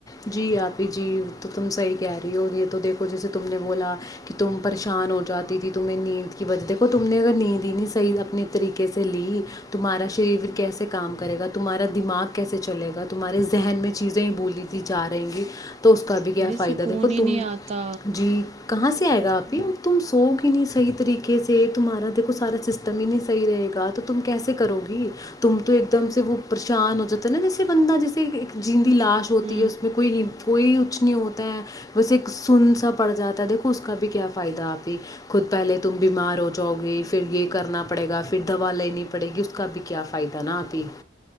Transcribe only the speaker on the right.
ارے
سکون
ہی
نہیں آتا
ہوں